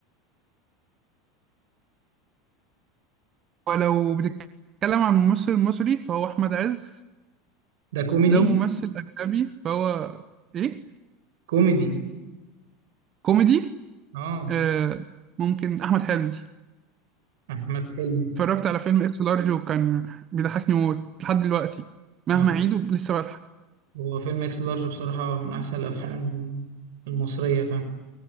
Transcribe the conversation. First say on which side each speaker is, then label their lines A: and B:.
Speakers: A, on the right (about 35°); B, on the right (about 80°).
A: ولو بتتكلم عن ممثل مصري فهو أحمد عز
B: ده كوميدي
A: لو ممثل أجنبي فهو إيه؟
B: كوميدي
A: كوميدي
B: اه
A: آه ممكن أحمد حلمي
B: احمد حلمي
A: اتفرجت على فيلم اكس لارج وكان بيضحكني موت لحد دلوقتي مهما
B: يعني
A: أعيده لسه بضحك
B: هو فيلم اكس لارج بصراحة من احسن الافلام المصرية فاهم